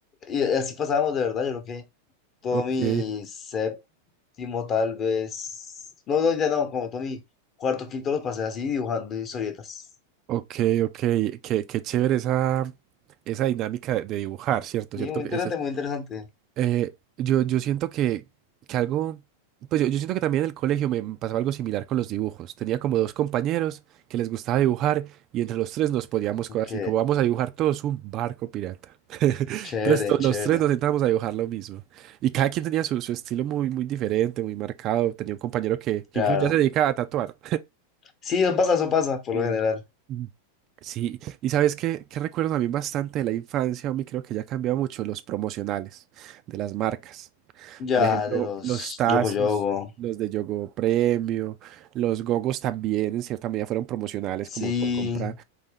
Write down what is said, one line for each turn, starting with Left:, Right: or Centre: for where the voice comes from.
Left: Y así pasábamos de verdad. Yo creo que todo
Right: Ok.
Left: mi séptimo, tal vez. No, no, ya no, como todo mi cuarto, quinto los pasé así dibujando historietas.
Right: Ok, ok, qué, qué chévere esa, esa dinámica de, de dibujar, ¿cierto?
Left: Sí,
Right: ¿Cierto?
Left: muy
Right: Que
Left: interesante,
Right: esa es-
Left: muy interesante.
Right: eh, yo, yo siento que, que algo, pues yo, yo siento que también en el colegio me me pasaba algo similar con los dibujos. Tenía como dos compañeros que les gustaba dibujar y entre los tres nos poníamos
Left: Ok,
Right: cosas así, como vamos a dibujar todos un barco pirata.
Left: chévere,
Right: Entonces to- los
Left: chévere,
Right: tres nos sentábamos a dibujar lo mismo. Y cada quien tenía su, su estilo muy, muy diferente, muy marcado. Tenía un compañero que, que
Left: claro.
Right: incluso ya se dedicaba a tatuar.
Left: Sí, eso pasa, eso pasa, por
Right: Sí.
Left: lo general.
Right: Mm. Sí, y sabes qué, qué recuerdo a mí bastante de la infancia, mí creo que ya ha cambiado mucho los promocionales de las marcas.
Left: Ya,
Right: Por ejemplo,
Left: de los
Right: los tazos,
Left: Yogo Yogo.
Right: los de Yogo Premio, los gogos también en cierta medida fueron promocionales
Left: Sí,
Right: como por comprar.